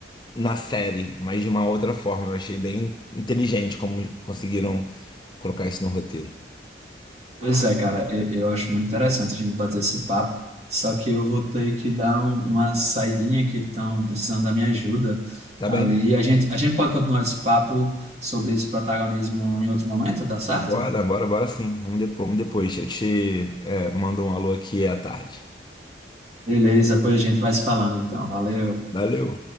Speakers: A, on the left; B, on the right.
A: na série, mas de uma outra forma. Eu achei bem inteligente como conseguiram colocar isso no roteiro.
B: pois é, cara, e- eu acho muito interessante a gente bater esse papo. Só que eu vou ter que dar um- uma saidinha que estão precisando da minha ajuda
A: Tá
B: ali.
A: bem?
B: A gente, a gente pode continuar esse papo sobre esse protagonismo em outro momento, dá certo?
A: Bora, bora, bora sim. Vamos depois, vamos depois. Eu te, é, mando um alô aqui à tarde.
B: Beleza, pois a gente vai se falando então. Valeu.
A: Valeu.